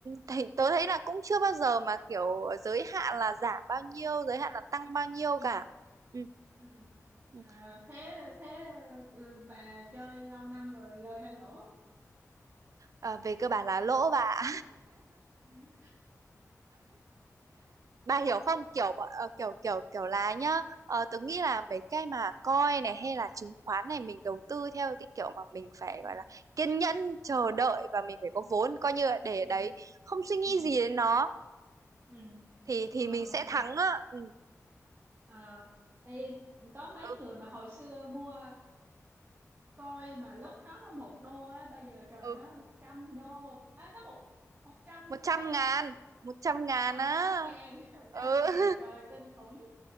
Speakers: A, on the right; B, on the right.
A: thì tớ thấy là cũng chưa bao giờ mà kiểu giới hạn là giảm bao nhiêu, giới hạn là tăng bao nhiêu
B: ừ
A: cả. Ừ.
B: ừ.
A: ừ.
B: à, thế thế ừ, bà chơi lâu năm rồi lời hay lỗ
A: Ờ, về cơ bản là lỗ bà
B: ừ
A: bà hiểu không kiểu bọn- ờ, kiểu kiểu kiểu là nhá ờ, tớ nghĩ là mấy cái mà coin này hay là chứng khoán này mình đầu tư theo cái kiểu mà mình phải
B: ừ
A: gọi là kiên nhẫn chờ đợi và mình phải có
B: ừ
A: vốn coi như là để
B: ừ
A: đấy không suy nghĩ
B: ừ
A: gì đến nó
B: ừ
A: thì thì
B: ờ
A: mình sẽ thắng á ừ
B: ờ Ê, có mấy
A: ừ
B: người mà hồi xưa mua coi mà lúc nó có một đô á bây giờ trời
A: ừ
B: nó một trăm đô à, nó một một trăm
A: một trăm
B: nó bao
A: ngàn
B: nhiêu
A: một trăm ngàn
B: à
A: á
B: một trăm ngàn <laughs> một
A: ừ
B: trăm ngàn
A: <laughs>
B: trời kinh khủng